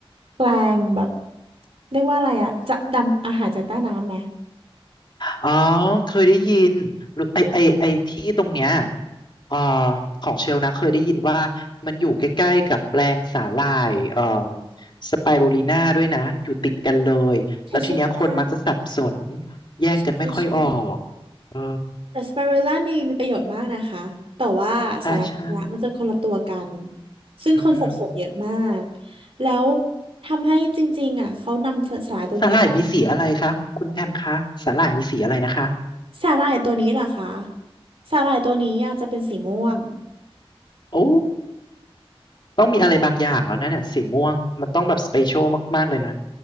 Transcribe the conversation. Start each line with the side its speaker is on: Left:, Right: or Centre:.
Right: แปลงแบบเรียกว่าอะไรอะจะดำอาหารจากใต้น้ำไหม
Left: อ๋อเคยได้ยินหรือไอไอไอที่ตรงเนี้ยเอ่อของเชลนะเคยได้ยินว่ามันอยู่ใกล้ๆกับแปลงสาหร่ายเอ่อสไปรูลิน่าด้วยนะอยู่ติดกันเลยแล้วทีเนี้ยคนมักจะสับสน
Right: ใช่ใช่ใช่
Left: แยกกันไม่ค่อยออก
Right: ใช่ใช่
Left: เออ
Right: แต่สไปรูล่ามีมีประโยชน์มากนะคะ แต่ว่าสาระเนี่ยมันจะคนละตัวกัน
Left: ใช่ใช่
Right: ซึ่งคนสับสนเยอะมาก
Left: อือหือ
Right: แล้วทำให้จริงๆอ่ะเขานำสสาหร่ายตัวเนี้ย
Left: สาหร่ายมีสีอะไรคะคุณแพมคะสาหร่ายมีสีอะไรนะคะ
Right: สาหร่ายตัวนี้ล่ะคะสาหร่ายตัวนี้อ่ะจะเป็นสีม่วง
Left: โอ้ต้องมีอะไรบางอย่างแล้วนะเนี่ยสีม่วงมันต้องแบบสเปเชียลมากๆเลยนะ